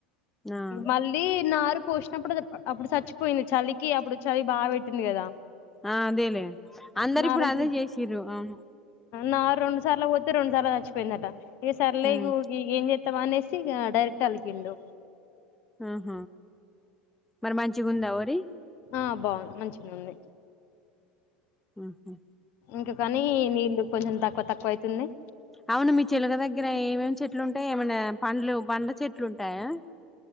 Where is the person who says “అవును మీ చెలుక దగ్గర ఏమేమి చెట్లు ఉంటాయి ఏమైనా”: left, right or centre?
Centre